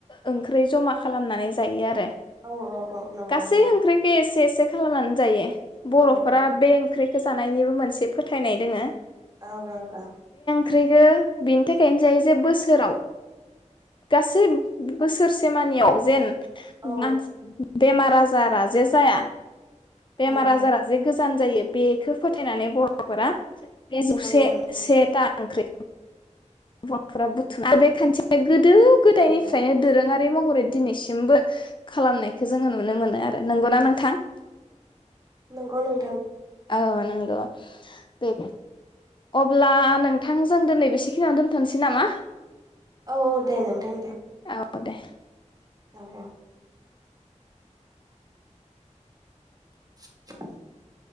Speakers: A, on the left (about 40°); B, on the right (about 30°).
A: ओंख्रै जमा खालामनानै जायो आरो।
B: औ औ औ नंगौ
A: गासै
B: नंगौ
A: ओंख्रैखो एसे एसे खालामनानै जायो। बर'फोरा
B: औ औ
A: बे ओंख्रै खो जानायनिबो मोनसे फोथायनाय दोङो।
B: औ औ औ
A: ख्रिखो बेनि थाखायनो जायो जे बोसोराव गासिब बोसोरसे मानियाव जेन
B: औ
A: मानस <inaudible> बेमार बाजारा जे जाया बेमार
B: औ
A: आजारा
B: औ
A: जे गोज जान जायो बेखो फो थायनानै बर'फोरा बे जौसे
B: नंगौ नंगौ
A: सेथा ओंख्रि बर'फोरा <inaudible> गोद दो गोदायनिफ्रायनो
B: औ औ
A: दोरोङा रै महरै दिनैसिमबो खालामनायखो जोङो नुनो मोनो आरो नंगौना नोंथां?
B: नंगौ नं
A: औ नोंगौ बे‌ अब्ला नोंथां जों दोनै बेसेखिनियावनो दोन्थ'नोसै नामा
B: औ औ दे नोंथां दे।
A: औ दे
B: औ <inaudible>